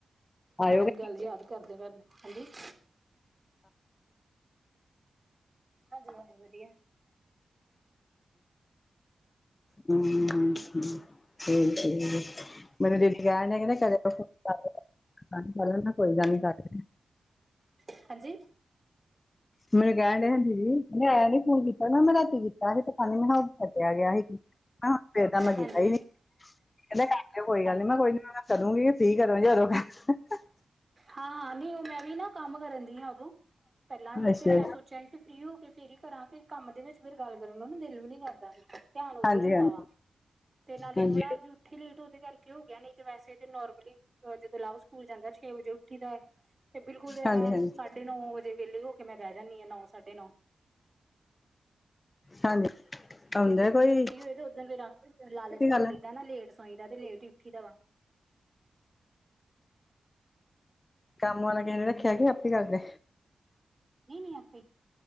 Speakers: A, on the left; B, on the right.
A: ਆਇਓਗੇ
B: ਹੁਨ ਵੀ ਗੱਲ ਯਾਦ ਕਰਦੇ ਕਰ ਹਾਂਜੀ <inaudible> ਹਾਂਜੀ- ਹਾਂਜੀ ਵਧੀਆ
A: ਹੂੰ ਹੂੰ ਹੂੰ ਠੀਕ
B: <unintelligible>
A: <unintelligible> <unintelligible>
B: ਹਾਂਜੀ
A: ਮੈਨੂੰ ਕਹਿਣ ਡਹ ਜੀ ਮੈ ਨੀ ਫੋਨ ਕੀਤਾ ਨਾ ਮੈਂ ਰਾਤੀ ਕੀਤਾ ਤੀ ਮੈਂ ਕਿਹਾ ਕੱਟਿਆ ਗਿਆ ਸੀ ਤਾਂ ਮੈਂ ਕੀਤਾ
B: ਹਾਂਜੀ
A: ਸੀ ਕਹਿੰਦੇ ਕਰ ਕੋਈ
B: ਹਾਂਜੀ
A: ਗੱਲ ਨੀ ਮੈਂ ਕੋਈ ਨੀ ਮੈਂ <unintelligible>
B: ਹਾਂ ਨਹੀ ਉਹ ਮੈਂ ਵੀ ਨਾ ਕੰਮ ਕਰਨ ਦੀ ਆ ਉਦੋਂ ਪਹਿਲਾਂ ਵੀ
A: ਅੱਛਾ
B: ਤੇ ਮੈਂ ਸੋਚਿਆ ਕਿ ਉਹ ਫੇਰ ਹੀ ਕਰਾਂ ਕਿ ਕੰਮ ਦੇ ਵਿੱਚ ਫੇਰ ਗੱਲ ਕਰਨ ਨੂੰ ਨਾ ਦਿਲ ਵੀ ਨੀ ਕਰ ਧਿਆਨ ਉੱਧਰ
A: ਹਾਂਜੀ
B: ਹੁੰਦਾ
A: ਹਾਂਜੀ
B: ਵਾ ਤੇ ਨਾਲੇ
A: ਹਾਂਜੀ
B: ਥੋੜਾ ਜੂ ਉੱਥੇ ਲੇਟ ਉਹਦੇ ਕਰਕੇ ਹੋ ਗਿਆ ਨਹੀਂ ਤੇ ਵੈਸੇ ਤਾਂ ਨੋਰਮਲੀ ਜਦੋਂ ਲਵ ਸਕੂਲ ਜਾਂਦਾ ਛੇ ਵਜੇ ਉੱਠੀ ਤੇ ਬਿਲਕੁਲ
A: ਹਾਂਜੀ ਹਾਂਜੀ
B: ਸਾਢੇ ਨੌ ਵਜੇ ਵਿਹਲੇ ਹੋ ਕੇ ਮੈਂ ਬਹਿ ਜਾਂਦੀ ਹਾਂ ਨੌ ਸਾਢੇ ਨੌ
A: ਹਾਂਜੀ ਆਉਂਦਾ
B: ਤੇ ਜਿਸ
A: ਕੋਈ
B: ਦਿਨ ਛੁੱਟੀ ਹੋਏ ਤੇ ਓਦਨ ਫਿਰ ਲਾਲਚ
A: ਗੱਲ
B: ਕਰ ਲਈ ਦਾ ਨਾ ਲੇਟ ਸੋਈ ਦਾ ਤੇ ਲੇਟ ਹੀ ਉੱਠੀ ਦਾ ਵਾ।
A: ਕੰਮ ਵਾਲਾ ਕਹਦੇ ਰੱਖਿਆ ਕੀ ਆਪੇ ਕਰਦੇ
B: ਨਹੀਂ ਨੀ ਆਪੇ